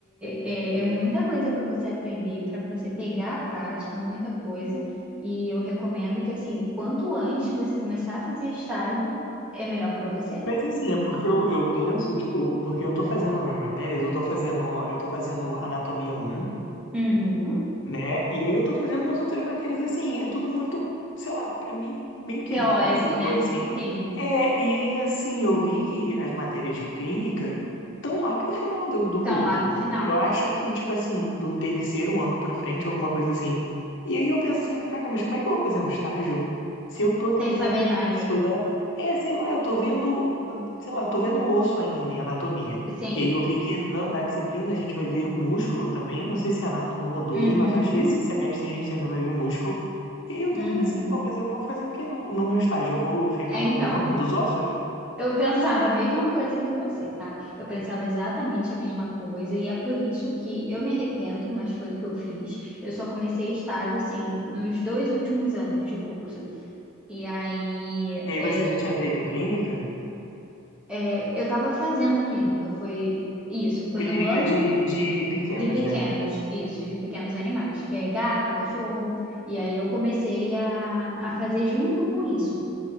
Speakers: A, in the centre; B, on the left (about 55°).
A: é, é muita coisa para você aprender, para você pegar a prática, muita coisa. E eu recomendo que, assim, o quanto antes você começar a fazer estágio, é melhor para você.
B: Mas, assim, é porque eu, eu penso, tipo, porque eu tô fazendo minhas matérias, eu tô fazendo, eu tô fazendo Anatomia um.
A: Uhum.
B: né? E aí eu tô fazendo umas outras matérias assim, é tudo muito, sei lá, pra mim meio que
A: Teórico,
B: básico,
A: né?
B: assim.
A: Sim.
B: É, e aí assim, eu vi que as matérias de clínica estão lá pro final do, do
A: estão
B: curso.
A: lá pro final,
B: Eu acho que, tipo assim, do terceiro ano pra frente, alguma coisa assim. E aí eu penso assim, caraca, mas como é que eu vou fazer um estágio se eu tô tentando
A: sem saber
B: aqui
A: nada.
B: estudar? É, sei lá, eu tô vendo, ah, sei lá, eu tô vendo osso ainda em anatomia.
A: Assim,
B: E aí eu vi que na, na disciplina a gente vai ver músculo também. Eu não sei se é anato um ou dois
A: uhum,
B: mas acho que esse semestre a gente ainda vai ver músculo. E aí eu
A: uhum.
B: tô vendo assim, pô, mas eu vou fazer o que no, no meu estágio? Eu vou ficar
A: É, então,
B: dando o nome dos ossos?
A: eu pensava a mesma coisa que você, tá? Eu pensava exatamente a mesma coisa, e é por isso que eu me arrependo, mas foi o que eu fiz. Eu só comecei estágio, assim, nos dois últimos anos de curso. E aí,
B: E aí
A: é,
B: você já tinha feito clínica?
A: é, eu tava fazendo clínica, foi isso, foi
B: Clínica
A: no ano
B: de, de pequenos,
A: De pequenos,
B: né?
A: isso, de pequenos animais, que é gato, cachorro, e aí eu comecei a, a fazer junto com isso.